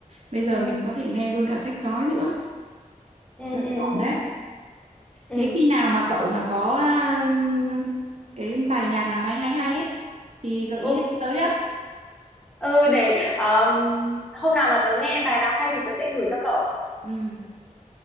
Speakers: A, on the right; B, in the centre.
A: bây
B: ừ
A: giờ mình có thể nghe luôn cả sách nói nữa
B: ừ
A: Tính
B: ừ
A: ổn đấy.
B: ừ ừ
A: Thế
B: ừ
A: khi nào mà cậu mà có à, cái bài nhạc nào mà hay hay ấy thì gợi
B: ừ,
A: ý để tới á.
B: ừ để ờm, hôm nào mà tớ nghe bài nào hay thì tớ sẽ gửi cho cậu
A: Ừ,